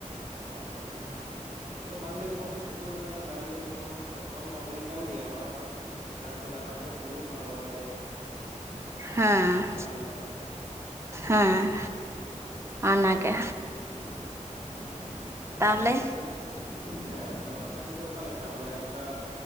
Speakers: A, on the right (about 65°); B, on the right (about 20°).
A: ᱟᱪᱪᱷᱟ ᱟᱪᱪᱷᱟ ᱟᱪᱪᱷᱟ ᱟᱫᱚ ᱵᱟᱝᱜᱮ ᱡᱚᱠᱷᱚᱱ ᱯᱮ ᱪᱷᱩᱴᱟᱹᱣ ᱟᱠᱟᱱᱟ ᱠᱟᱹᱢᱤᱨᱮ ᱡᱚᱠᱷᱚᱱ ᱚᱱ ᱮᱛᱚᱦᱚᱵ ᱢᱟ ᱦᱩᱭ ᱠᱟᱱᱟᱱ ᱜᱮᱭᱟ ᱚᱱᱟ ᱢᱟ ᱦᱟᱸᱜ ᱱᱟᱭᱛᱮ ᱱᱟᱯᱟᱭ ᱛᱮ ᱯᱩᱨᱟᱹᱜ ᱢᱟ ᱱᱚᱣᱟ ᱜᱮ
B: ᱦᱮᱸ
A: ᱟᱸᱥ ᱛᱟᱦᱮᱱ ᱠᱟᱱᱟ
B: ᱦᱮᱸ ᱚᱱᱟᱜᱮ
A: <unintelligible>
B: ᱛᱟᱦᱚᱞᱮ
A: ᱟᱫᱚ ᱟᱯᱮ ᱦᱮᱸ ᱟᱫᱚ ᱟᱯᱮ ᱥᱮᱫ ᱫᱚ ᱚᱠᱟᱮ ᱞᱮᱠᱟ ᱢᱟᱱᱮ ᱱᱚᱝᱠᱟ